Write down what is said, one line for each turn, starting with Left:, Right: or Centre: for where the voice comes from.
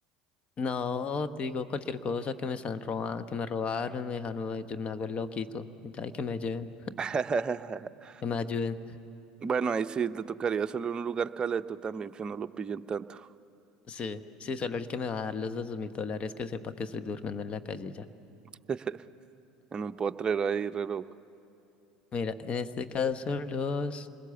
Left: No, digo cualquier cosa que me están robando, que me robaron, me dejaron, eh, yo me hago el loquito. Y ya, y que me lleven,
Right: <laughs>
Left: que me ayuden.
Right: Bueno, ahí sí le tocaría solo un lugar caleto también que no lo pillen tanto.
Left: Sí, sí, solo el que me va a dar los dos mil dólares que sepa que estoy durmiendo en la calle ya.
Right: <laughs> En un potrero ahí, re loco,
Left: Mira, en este caso los